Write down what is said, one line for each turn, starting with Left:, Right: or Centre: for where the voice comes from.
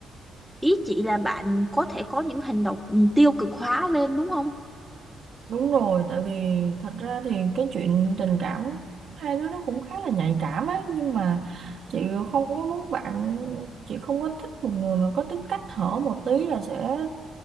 Centre: ý chị là bạn có thể có những hành động tiêu cực hóa lên đúng không
Right: đúng rồi tại vì thật ra thì cái chuyện tình cảm hai đứa nó cũng khá là nhạy cảm ấy nhưng mà chị không có muốn bạn chị không có thích một người mà có tính cách hở một tí là sẽ